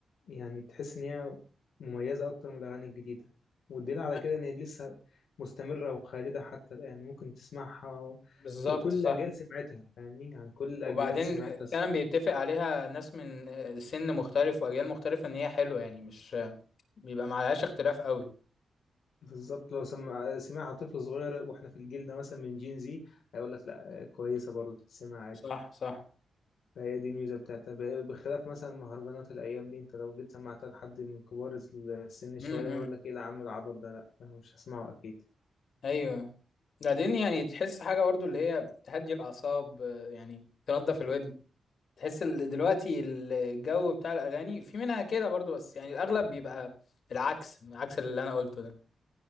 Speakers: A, on the left (about 80°); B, on the left (about 60°).
A: يعني تحس ان هي مميزة اكتر من الاغاني الجديدة والدليل على
B: آه،
A: كده ان هي لسه مستمرة وخالدة حتى الان ممكن تسمعها و...
B: بالظبط
A: وكل
B: صح
A: الاجيال سمعتها فاهمني يعني كل الاجيال
B: وبعدين
A: سمعتها
B: فعلا بيتفق عليها ناس من آه، سن مختلف واجيال مختلفه ان هي حلوه يعني مش آه، بيبقى معلهاش اختلاف قوي
A: بالظبط لو سمع سمعها طفل صغير واحنا في الجيل ده مثلا من جين زي هيقول لك لا كويسه برضه تتسمع عادي
B: صح صح
A: فهي دي الميزه بتاعتها ب- بخلاف مثلا مهرجانات الايام دي انت لو جيت سمعتها لحد من كبار السن شويه
B: امم
A: هيقول لك ايه ده يا عم العبط ده لا أنا مش هسمعه اكيد
B: ايوه بعدين يعني تحس حاجه برضو اللي هي تهدي الاعصاب آه، يعني تنضف الودن تحس ال- دلوقتي الجو بتاع الاغاني في منها كده برضو بس يعني الاغلب بيبقى العكس عكس اللي انا قلته ده